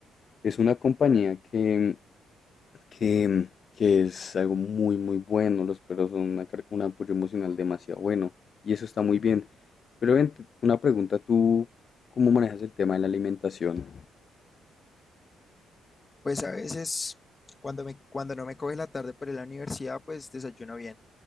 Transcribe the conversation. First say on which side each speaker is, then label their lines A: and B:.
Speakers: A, on the left; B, on the left.
A: es una compañía que mm, que, que es algo muy, muy bueno. Los perros son una car- un apoyo emocional demasiado bueno y eso está muy bien. Pero ven, te- una pregunta, ¿tú cómo manejas el tema de la alimentación?
B: Pues a veces cuando me, cuando no me coge la tarde para ir a la universidad, pues desayuno bien.